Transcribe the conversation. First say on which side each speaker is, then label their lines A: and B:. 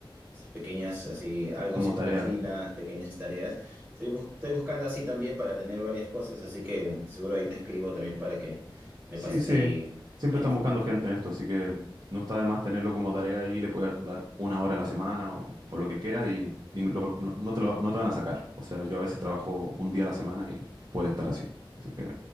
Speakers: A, on the right; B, on the right.
A: pequeñas así, algo
B: como
A: así
B: tarea
A: como freelance, pequeñas tareas. Estoy, bus- estoy buscando así también para tener varias cosas, así que seguro ahí te escribo también para que me
B: Sí,
A: pases
B: sí.
A: ahí
B: Siempre
A: la
B: están
A: info.
B: buscando gente en esto, así que no está de más tenerlo como tarea y le puedes dar una hora a la semana o, o lo que quieras y, y no, lo- no, no te lo- no te van a sacar. O sea, yo a veces trabajo un día a la semana y puede estar así. Así que